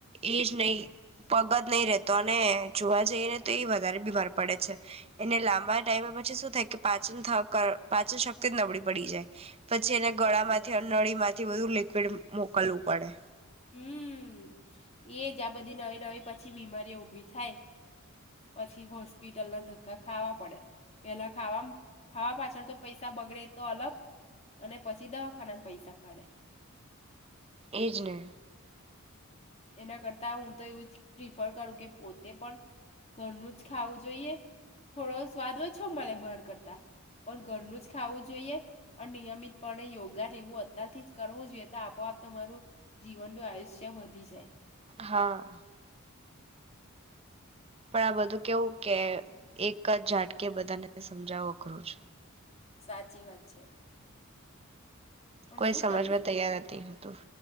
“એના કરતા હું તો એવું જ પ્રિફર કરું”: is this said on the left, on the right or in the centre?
Left